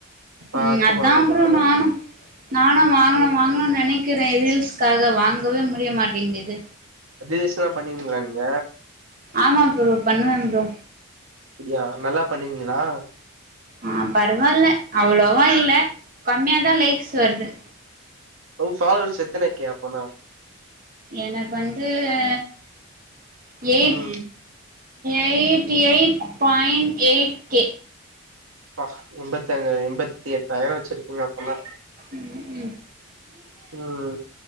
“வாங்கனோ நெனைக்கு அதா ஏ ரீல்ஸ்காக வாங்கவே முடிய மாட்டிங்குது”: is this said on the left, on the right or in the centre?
Right